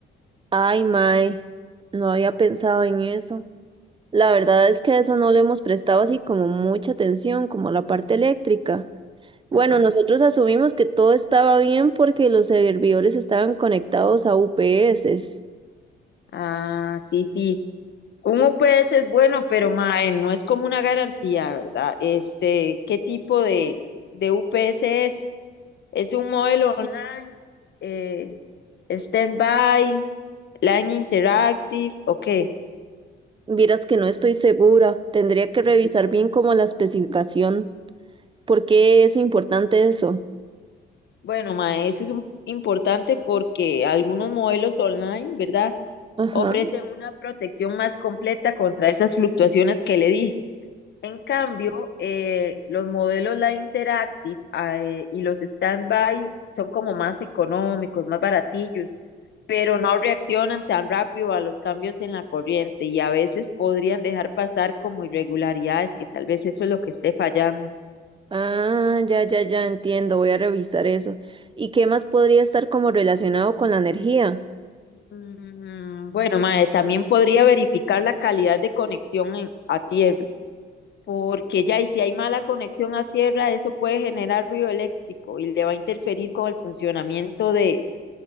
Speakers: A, on the right (about 25°); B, on the left (about 60°).
A: Ay, Mae, no había pensado en eso. La verdad es que a eso no le hemos prestado así como mucha atención, como a la parte
B: Ujú.
A: eléctrica. Bueno,
B: Ajá.
A: nosotros asumimos que todo estaba bien porque los servidores estaban conectados a UPS.
B: Ah, sí, sí. Uno puede es bueno, pero mae, no es como una garantía, ¿verdad? Este, ¿qué tipo de, de UPS es? ¿Es un modelo online, eh, stand-by, line interactive o qué?
A: Vieras que no estoy segura, tendría que revisar
B: Mm.
A: bien como la especificación. ¿Por qué es importante eso?
B: Bueno, mae, eso es un- importante porque algunos modelos online, ¿verdad?
A: Ajá.
B: Ofrecen una protección más completa contra esas fluctuaciones que le dije. En cambio, eh, los modelos Live Interactive ah, eh, y los Standby son como más económicos, más baratillos, pero no reaccionan tan rápido a los cambios en la corriente y a veces podrían dejar pasar como irregularidades, que tal vez eso es lo que esté fallando.
A: Ah, ya, ya, ya entiendo, voy a revisar eso. ¿Y qué más podría estar como relacionado con la energía?
B: Mm, bueno, mae, también podría verificar la calidad de conexión en- a tierra, porque ya, y si hay mala conexión a tierra, eso puede generar ruido eléctrico y le va a interferir con el funcionamiento de